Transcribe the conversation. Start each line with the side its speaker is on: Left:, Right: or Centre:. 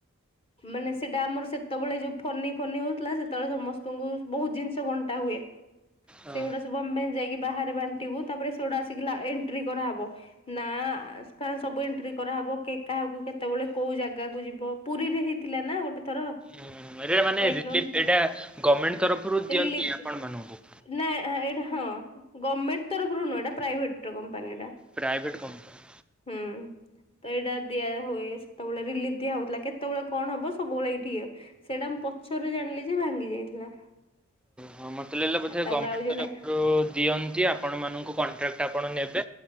Left: ମାନେ ସେଇଟା ଆମର ସେତେବେଳେ ଯୋଉ ଫନି ଫନି ହଉଥିଲା ସେତେବେଳେ ସମସ୍ତଙ୍କୁ ବହୁତ ଜିନିଷ ବଣ୍ଟା ହୁଏ
Centre: ହଁ
Left: ସେଗୁଡା ସବୁ ଆମେ ଯାଇ ବାହ ବାଣ୍ଟିବୁ ତାପରେ ସେଟା ଆସ ଏଣ୍ଟି କରାହବ ନା ସବୁ ଏଣ୍ି କର ହବ କେ କାହାକୁ କେତେବେଳେ କୋଉ ଜାଗାକୁ ଯିବ ପୁରୀରେ ହେଇଥିଲା ନା ଗୋଟେ ଥର
Centre: ଁ ଏଇଟା ମାନେ
Left: ସାଇକ୍ଲୋନ
Centre: ରିଲିଫ ଏଇଟା ଗଭର୍ଣ୍ଣମେଣ୍ଟ ତରଫରୁ ଦିଅନ୍ତି
Left: ରିଲିଫ
Centre: ପ ବନବୁ
Left: ନା ହଁ ଗଭର୍ଣ୍ଣମେଣ୍ଟ ତରଫରୁ ନୁହଁ ଏଟା ପ୍ରାଇଭେଟ ବନିଟା
Centre: ପ୍ରାଇଭେଟ କମ୍ପାନୀ।
Left: ହୁଁ ତ ଏଇଟା ଦିଆ ହୁଏ ସେତେବେଳେ ରିଲିଫ ଦିଆ ହଉଥିଲା କେତେବେଳେ କଣ ହବ ସବୁବେଳେ ଏଇଠିକ ସେଇଟା ପଛରୁ ଜାଣିଲି ଯେ ଭାଙ୍ଗି ଯାଇଥିଲା
Centre: ହଁ ମତେ ଲାଗିଲା ବୋଧେ
Left: ଆ ତାପରେ
Centre: ଗଭର୍ଣ୍ଣମେଣ୍ଟ
Left: ଆଉ ଜଣେ
Centre: ତରଫରୁ ଦିଅନ୍ତି ଆପଣ ମଙ୍କୁ କଣ୍ଟ୍ରାକ୍ଟ ଆପଣ ନେବେ